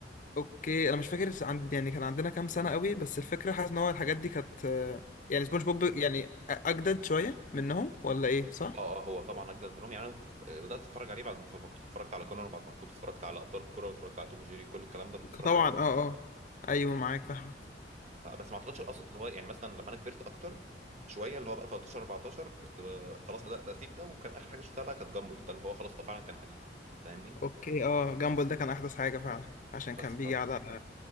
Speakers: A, on the left; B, on the right.
A: اوكي انا مش فاكر عند يعني كان عندنا كام سنه قوي بس الفكره حاسس ان هو الحاجات دي كانت آه، يعني سبونج بوب يعني أ- اجدد شويه منهم ولا ايه صح
B: اه اه هو طبعا اجدد منهم يعني انا ب- بدات اتفرج عليه بعد ما اتف- ما كنت اتفرجت على كونان وبعد ما كنت اتفرجت على ابطال الكوره واتفرجت على توم جيري كل الكلام ده كنت اتفرجت
A: طبعا
B: عليه
A: اه اه ايوه معاك فاهمك
B: فبس ما اعتقدش القصد اللي هو يعني مثلا لما انا كبرت اكتر شويه اللي هو بقى 13 14 كنت ب- خلاص بدات اسيب ده وكان اخر حاجه شفتها بقى كانت جامبل ده اللي هو خلاص اه فعلا كان حديث فاهمني
A: اوكي اه جامبل ده كان احدث حاجه فعلا عشان
B: بس
A: كان
B: خ...
A: بيجي على